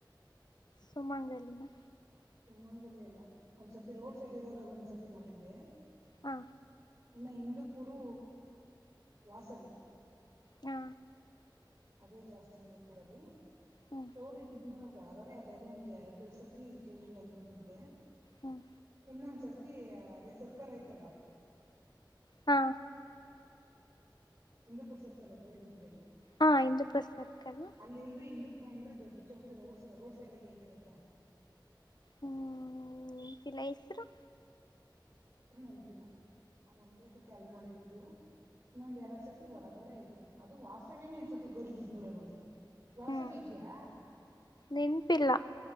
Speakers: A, on the left (about 60°); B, on the right (about 45°).
A: ಸುಮಂಗಲಿನಾ.
B: ಸುಮಂಗಲಿ ಅಲ್ಲ ಒಂದ್ಸತಿ ರೋಡ್ ಸೈಡ್ ಇರೋದ್ರಾಗ ಒಂದ್ಸರ್ತಿ ಮಾಡಿದ್ದೆ.
A: ಹಾ.
B: ಇನ್ನ ಇಂದೂಪುರು ವಾಸವಿ.
A: ಹಾ.
B: ಅದೇ ಜಾಸ್ತಿ ಇಂದೂಪುರಲ್ಲಿ.
A: ಹ್ಮ್
B: ಗೌರಿಬಿದ್ನೋರಾಗ್ ಒಳಗಡೆ ಅದ್ಯಾದೊ ಒಂದ್ ಎರಡು ಸತಿ ಚೌಟ್ರಿ ಅಲ್ಲಿ ಬಂದಿದ್ದೆ.
A: ಹ್ಮ್.
B: ಇನ್ನೊಂದ್ಸತೀ ಅದೇ ಸರ್ಕಲ್ ಐತಲ್ಲ
A: ಹಾ.
B: ಇಂದೂಪುರ್ ಸರ್ಕಲ್ಲು ಗೌರಿ ಬಿದ್ನೂರಾಗೆ
A: ಹಾ ಇಂದೂಪುರ್ ಸರ್ಕಲ್
B: ಅಲ್ಲಿಳ್ದು ಇಂದು ಬಂದ್ರೆ ದೊಡ್ಡ ಚೌಟ್ರಿ ರೌಡ್ಸ್ ರೋಡ್ ಸೈಡಾಗೆ ಐತೆ ಗೊತ್ತಾ.
A: ಹ್ಮ್ ಇಲ್ಲ ಹೆಸ್ರು.
B: ಹೆಸ್ರು ನೆನ್ಪಿಲ್ಲ. ಅದ್ ಒಂದೇ ಸತಿ ಅಲ್ಲಿ ಮಾಡಿದೀವಿ. ದು ಇನ್ನೊಂದ್ ಎರಡ್ ಸತಿ ಒಳಗಡೆ ಐತೆ ಅದು ವಾಸವೀನೆ ಅನ್ಸುತ್ತೆ ಗೌರಿಬಿದ್ನೂರಗೂನು. ವಾಸವಿ
A: ಹ್ಮ್
B: ಇದ್ಯಾ.
A: ನೆನ್ಪಿಲ್ಲ